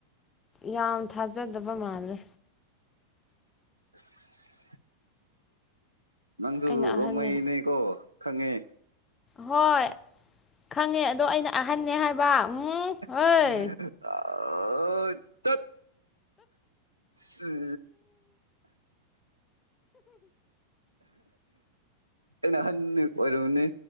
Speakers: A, on the left; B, on the right.
A: ꯌꯥꯝ ꯊꯥꯖꯗꯕ ꯃꯥꯜꯂꯦ
B: <unintelligible> ꯅꯪꯖꯨ
A: ꯑꯩꯅ ꯑꯍꯟꯅꯦ
B: ꯔꯣꯡꯃꯩꯅꯦꯀꯣ ꯈꯪꯉꯦ
A: ꯍꯣꯏ ꯈꯪꯉꯦ ꯑꯗꯣ ꯑꯩꯅ ꯑꯍꯟꯅꯦ ꯍꯥꯏꯕ ꯎꯝ
B: <unintelligible>
A: ꯍꯣꯏ
B: ꯑꯥ ꯇꯠ ꯁꯤ <unintelligible> <unintelligible> ꯑꯩꯅ ꯑꯍꯟ ꯑꯣꯏꯔꯨꯕꯅꯤ